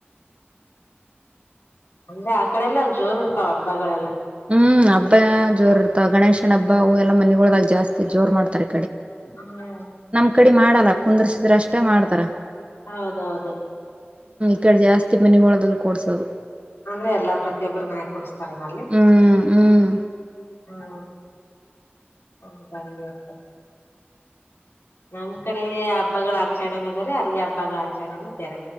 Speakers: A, on the left (about 75°); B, on the right (about 30°).
A: ಅಂದ್ರೆ ಆ ಕಡೆ ಎಲ್ಲಾ ಜೋರ್ ಇರ್ತಾವ ಹಬ್ಬಗಳೆಲ್ಲಾ.
B: ಹ್ಮ್ ಹಬ್ಬ ಜೋರ್ ಇರ್ತಾವ ಗಣೇಶನ ಹಬ್ಬ ಅವು ಎಲ್ಲ ಮನೆಗಳಲ್ಲಿ ಜಾಸ್ತಿ ಜೋರ್ ಮಾಡ್ತಾರೆ.
A: ಹ್ಮ್.
B: ಇ ಕಡೆ ಮಾಡಲ್ಲ ಕುಂದ್ರಿಸಿದ್ರೆ ಅಷ್ಟೇ ಮಾಡ್ತಾರ.
A: ಹೌಹೌದು.
B: ಇ ಕಡೆ ಜಾಸ್ತಿ ಮನೆಗೋಳದಲ್ಲಿ ಕುಡಿಸೋದ್ದು ಕೊಡ್ಸೋದು.
A: ಅಂದ್ರೆ ಎಲ್ಲಾ ಪ್ರತಿಯೊಬ್ಬರು ಮನೆಯಲ್ಲಿ ಕೊಡಸ್ತಾರೆನು ಅಲ್ಲಿ.
B: ಹ್ಮ್ ಹ್ಮ್
A: ಹ್ಮ <inaudible> ನಮ್ ಕಡೆ ಹಬ್ಬಗಳ ಆಚರಣೆ ಬೇರೆ ಅಲ್ಲಿ ಹಬ್ಬಗಳ ಆಚರಣೆನ ಬೇರೆ.